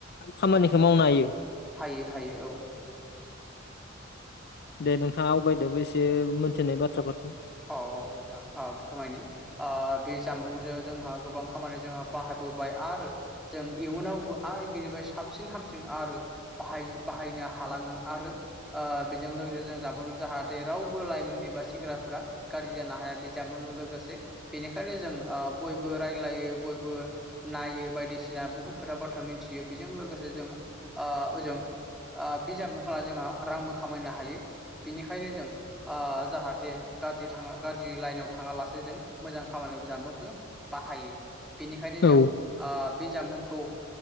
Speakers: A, on the left (about 55°); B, in the centre.
A: खामानिखौ मावनो हायो।
B: हायो हायो औ।
A: दे नोंथाङा आवगायदोबो एसे मोनथिनाय बाथ्राफोर
B: औ औ नोंथां ओ फोरमायनि बे जामबुंजों जोंहा गोबां खामानि जोंहा बाहायबोबाय आरो जों इयुनावबो आर बेनिफ्राय साबसिन हाम सिन आरो बाहाय बाहायनो हा हालाङो आरो ओ बेजों लोगोसे जों जामबुंजों जाहाथे रावबो लाइमोन एबा सेंग्राफोरा गाज्रि जानो हाया बे जामबुंजों लोगोसे बेनिखायनो जों ओह बयबो रायलायो बयबो नायो बायदिसिना बुहुत खोथा बाथ्रा मिनथियो बेजों लोगोसे जोङो ओ ओजों ओ बिजाब महरा जोंहा रांबो खामायनो हायो बिनिखायनो जों ओ जाहाथे गाज्रि थाङा। गाज्रि लाइनाव थाङालासे जों मोजां खामानियाव बि जामबुंखौ बाहायो। बेनिखायनो जों
A: औ
B: ओ बे जामबुंखौ